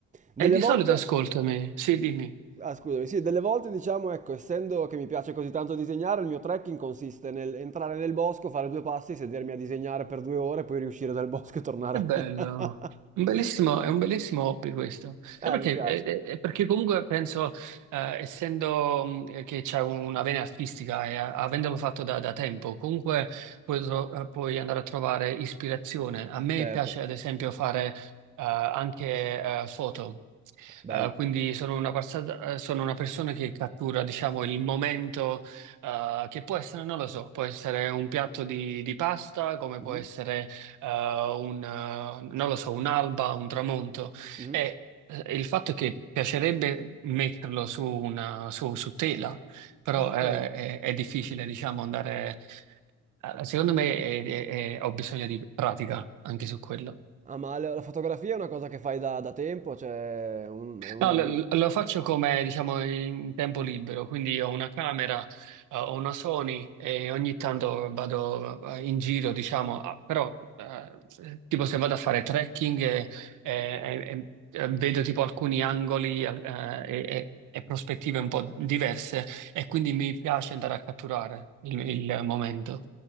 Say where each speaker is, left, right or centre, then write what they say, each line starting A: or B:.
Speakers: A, on the right; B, on the right.
A: Delle
B: E di
A: volte...
B: solito ascoltami, sì, dimmi.
A: Ah, scusami, sì, delle volte diciamo, ecco, essendo che mi piace così tanto disegnare, il mio trekking consiste nel entrare nel bosco, fare due passi, sedermi a disegnare per due ore, poi riuscire dal bosco e tornare.
B: Che bello,
A: <laughs>
B: un bellissimo, è un bellissimo hobby questo. Sai
A: Eh,
B: perché?
A: mi piace.
B: Eh, eh, eh, perché comunque penso, eh, essendo mh, eh, che c'è un- una vena artistica e eh, avendolo fatto da, da tempo, comunque puoi, tro- eh, puoi andare a trovare ispirazione. A me
A: Certo,
B: piace ad esempio fare eh, anche eh, foto.
A: bello.
B: Eh, quindi sono una, passa- eh, sono una persona che cattura, diciamo, il momento, eh, che può essere, non lo so, può essere un piatto di, di pasta, come
A: Mhm,
B: può essere eh, un, eh, non lo so, un'alba, un tramonto.
A: mhm.
B: E eh, il fatto è che piacerebbe metterlo su, una, su, su tela, però
A: Ah, ok.
B: eh, è, è difficile, diciamo, andare... eh, Secondo me è- è- è- ho bisogno di pratica anche su quello.
A: Ah, ma la la fotografia è una cosa che fai da, da tempo, cioè un- è un
B: No,
A: hobby.
B: lo, lo faccio come, diciamo, in tempo libero, quindi ho una camera, eh, ho una Sony e ogni tanto vado eh, in giro, diciamo, ah, però eh, tipo se vado a fare trekking e, e- e- e eh, vedo tipo alcuni angoli eh, e, e- e prospettive un po' diverse e quindi mi piace andare a catturare il il momento.